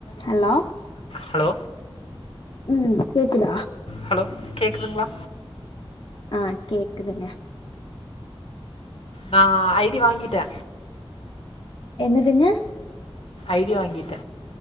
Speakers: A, on the left (about 55°); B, on the left (about 75°).
A: Hello
B: hello
A: ம் கேக்குதா
B: hello கேக்குதுங்ளா
A: ஆ கேக்குதுங்க
B: நா ஐ டி வாங்கிட்டே
A: என்னதுங்க
B: ஐ டி வாங்கிட்ட